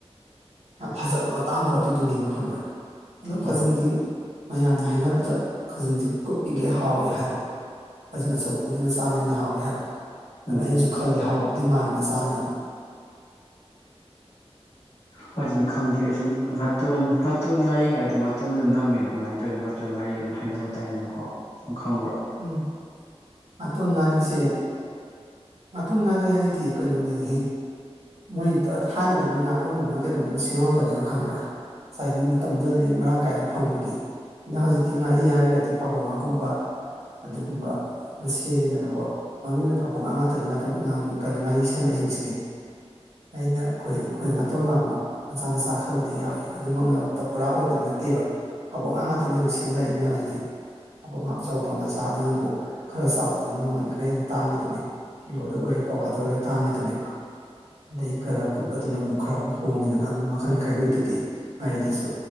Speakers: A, on the right; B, on the left.
A: ꯌꯥꯝ ꯐꯖꯕ ꯃꯇꯥꯡꯗꯣ ꯑꯗꯨꯗꯨꯅꯦꯕ ꯈꯪꯕ꯭ꯔꯥ ꯑꯗꯨ
B: ꯍꯣꯏꯅꯦ
A: ꯈꯖꯤꯡꯗꯤ ꯃꯌꯥꯝꯅ ꯍꯥꯏꯅꯕꯗ ꯈꯖꯤꯡꯁꯦ ꯀꯨꯞꯄꯤꯒꯩ ꯍꯥꯎꯋꯦ ꯍꯥꯏꯕ ꯈꯖꯤꯡ ꯑꯆꯧꯕꯕꯨꯗꯤ ꯃꯆꯥꯅ ꯍꯦꯟꯅ ꯍꯥꯎꯋꯦ ꯍꯥꯏꯕ
B: ꯎꯝ
A: ꯑꯗꯨꯅ ꯑꯩꯁꯨ
B: ꯎꯝ ꯎꯝ
A: ꯈꯜꯂꯦ ꯍꯥꯎꯕꯗꯤ ꯃꯥꯜꯂꯤ ꯃꯆꯥꯅꯅ
B: ꯍꯣꯏ ꯑꯗꯨꯅꯤ ꯈꯪꯗꯦ ꯑꯩꯁꯨꯨꯝ ꯉꯥꯇꯣꯟ ꯉꯥꯇꯣꯟ ꯉꯥꯔꯤꯒꯥꯏꯗꯣ ꯉꯥꯇꯣꯟꯗꯨꯅ ꯅꯝꯃꯤꯔꯣ ꯀꯃꯥꯏꯅ ꯇꯧꯔꯤꯅꯣ ꯉꯥꯔꯤ ꯑꯗꯨꯝ ꯍꯥꯏꯅꯕ ꯇꯥꯏꯅꯦꯅꯀꯣ ꯑꯗꯨ ꯈꯪꯕ꯭ꯔꯣ
A: ꯎꯝ ꯉꯥꯇꯣꯟ ꯉꯥꯔꯤꯁꯦ ꯉꯥꯇꯣꯟ ꯉꯥꯔꯤ ꯍꯥꯏꯖꯤꯗꯤ ꯀꯩꯅꯣꯗꯨꯅꯤꯍꯦ ꯃꯣꯏ ꯊꯥꯏꯅꯗꯤ ꯃꯣꯏ ꯉꯥꯇꯣꯟꯒꯨꯝꯕꯅ ꯀꯩꯒꯨꯝꯕꯅ ꯁꯦꯝꯃꯝꯒꯅꯦꯕ ꯈꯝꯕ꯭ꯔꯥ ꯉꯁꯥꯏꯒꯤ ꯃꯇꯝꯗꯨꯗꯗꯤ ꯃꯔꯥꯡ ꯀꯥꯏꯅ ꯐꯪꯕꯒꯤ ꯑꯗ ꯍꯧꯖꯤꯛꯇꯤ ꯉꯥꯔꯤ ꯍꯥꯏꯔꯒꯗꯤ ꯐꯕꯣꯡꯉꯥꯒꯨꯝꯕ ꯑꯗꯨꯒꯨꯝꯕ ꯅ ꯁꯦꯝꯃꯦꯗꯅꯀꯣ ꯃꯔꯨ ꯑꯣꯏꯅ ꯐꯕꯣꯡꯉꯥꯥ ꯉꯥꯇꯅꯦ ꯉꯥꯇꯣꯟ ꯉꯥꯉ ꯀꯅꯣ ꯉꯥꯔꯤ ꯁꯦꯝꯃꯛꯏꯖꯤꯡꯖꯤꯗꯤ ꯑꯩꯅ ꯑꯩꯈꯣꯏ ꯍꯣꯏ ꯉꯥꯇꯣꯟ ꯃꯥꯟꯕ ꯃꯆꯥ ꯃꯆꯥ ꯈꯔꯕꯨꯗꯤ ꯌꯥꯎꯏ ꯑꯗꯨꯃꯛꯅ ꯄꯨꯔꯥ ꯑꯣꯏꯕꯗꯤ ꯅꯠꯇꯦꯕ ꯍꯥꯕꯣꯡꯉꯥ ꯉꯥꯇꯅꯦ ꯍꯧꯖꯤꯛ ꯁꯦꯝꯅꯔꯤ ꯃꯌꯥꯝꯖꯤꯗꯤ ꯍꯥꯕꯣꯡꯉꯥ ꯑꯆꯧꯕ ꯃꯆ ꯑꯗꯨꯅꯕꯨ ꯈꯔ ꯆꯥꯎꯕꯗꯨꯅ ꯃꯃꯟ ꯈꯔ ꯍꯦꯟꯅ ꯇꯥꯡꯉꯤꯗꯨꯅꯤ ꯀꯤꯂꯣꯗ ꯑꯣꯏꯔꯣ ꯄꯋꯥꯗ ꯑꯣꯏꯔꯣ ꯇꯥꯡꯉꯤꯗꯨꯅꯦꯕ ꯑꯗꯩ ꯈꯔ ꯀꯨꯞꯄꯗꯨꯅ
B: ꯎꯝ
A: ꯑꯃꯨꯛ ꯈꯔ ꯑꯃꯨꯛ ꯍꯣꯡꯉꯤꯗꯅ ꯑꯗꯨꯅ ꯃꯈꯟ ꯈꯥꯏꯗꯣꯛꯏꯗꯨꯗꯤ ꯉꯥꯔꯤꯗꯁꯨ